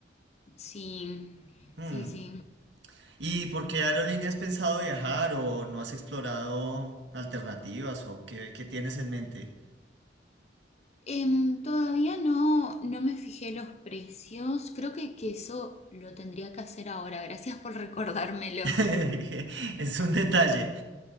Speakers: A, on the left (about 35°); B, on the right (about 80°).
A: Sí,
B: Mm.
A: sí, sí.
B: ¿Y por qué aerolínea has pensado viajar o no has explorado alternativas o qué, qué tienes en mente?
A: Em, todavía no, no me fijé los precios. Creo que, que eso lo tendría que hacer ahora. Gracias por recordármelo.
B: <laughs> Es un detalle.